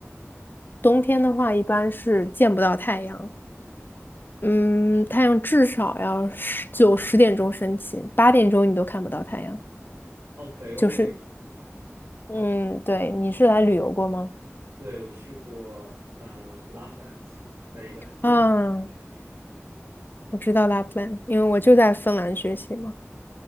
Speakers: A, on the left (about 45°); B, on the right (about 85°).
A: 冬天的话一般是见不到太阳。嗯，太阳至少要十九十点钟升起，八点钟你都看不到太阳。
B: 哦，北欧我也去。
A: 就是，
B: 过。
A: 嗯，对，你是来旅游过吗？
B: 对，我去过，嗯、呃，Lapland，在一个非常非常美的地方。
A: 啊，我知道 Lapland，因为我就在芬兰学习嘛，